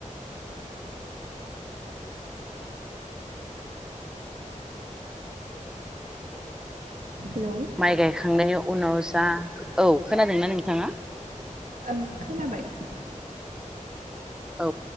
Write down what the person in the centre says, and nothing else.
माइ गायखांनायनि उनाव जा औ खोनादोंना नोंथाङा।
औ